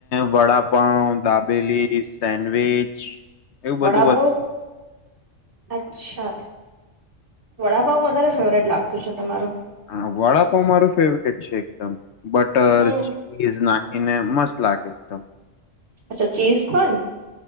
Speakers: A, on the left (about 65°); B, on the right (about 65°).
A: વડાપાઉં દાબેલી સેન્ડવીચ એવું
B: વડાપાઉં
A: બધું
B: અચ્છા વડાપાવ વધારે ફેવરેટ લાગતું છે તમારું
A: હા વડાપાઉં મારું ફેવરેટ છે એકદમ બટર
B: હમ
A: ચીઝ નાખીને મસ્ત લાગે એકદમ
B: અચ્છા ચીઝ પણ